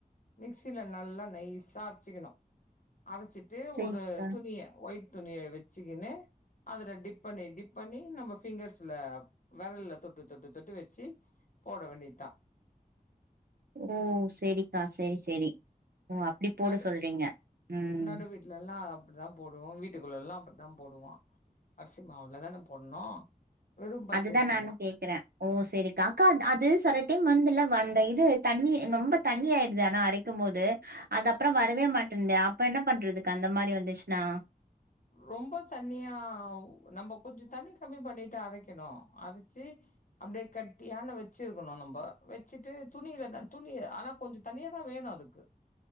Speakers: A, on the left; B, on the right.
A: மிக்சில நல்லா நைஸா அரைச்சிக்கிணு. அரச்சிட்டு
B: சேரிக்கா
A: ஒரு துணிய ஒய்ட் துணிய வச்சுக்கினு அதுல டிப் பண்ணி டிப் பண்ணி நம்ம ஃபிங்கர்ஸ்ல வெரல்ல தொட்டு தொட்டு தொட்டு வச்சு போட வேண்டியத்தா.
B: ஓ சேரிக்கா, சேரி, சேரி ஓ அப்டி போட
A: நடு
B: சொல்றீங்க ம்
A: நடு வீட்லல்லா அப்டிதா போடுவோ, வீட்டுக்குள்ள எல்லா அப்டிதா போடுவோ, அரிசி மாவுலதான போட்ணு வெறு பச்சரிசிதா
B: அதுதா நானு கேக்குற. ஓ சேரிக்கா அக்கா அது சில டைம் வந்துல வந்து அந்த இது தண்ணி நொம்ப தண்ணி ஆயிருது ஆனா அரைக்கும்போது அது அப்பறோ வரவே மாட்டன்னுது. அப்ப என்ன பண்றதுக்கா? அந்த மாரி வந்துச்சுனா
A: ரொம்ப தண்ணியா நம்ம கொஞ்சோ தண்ணி கம்மி பண்ணிட்டு அரைக்கிணு அரச்சு அப்டியே கட்டியான வச்சிருக்குணு நம்ப வெச்சிட்டு துணியிலதா துணி ஆனா கொஞ்சோ தண்ணியாதா வேணு அதுக்கு